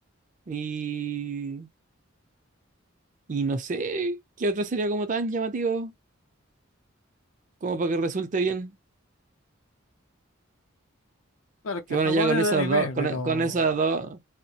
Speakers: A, on the right (about 40°); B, on the left (about 85°).
A: y, y no sé qué otro sería como tan llamativo como para que resulte bien.
B: Claro que
A: Que
B: en
A: bueno,
B: Japón
A: ya con
B: es
A: esas
B: de anime,
A: dos, con,
B: pero.
A: con esas dos,